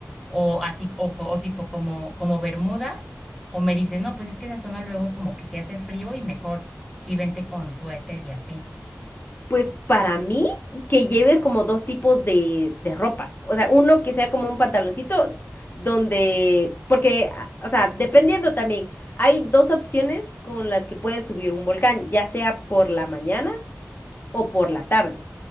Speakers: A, in the centre; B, on the left.
A: o así, o, co- o tipo como, como Bermudas, o me dices, no, pues es que esa zona luego como que se hace frío y mejor si vente con suéter y así.
B: Pues para mí, que lleves como dos tipos de, de ropa. O sea, uno que sea como un pantaloncito donde, porque, a- o sea, dependiendo también, hay dos opciones con las que puedes subir un volcán, ya sea por la mañana o por la tarde.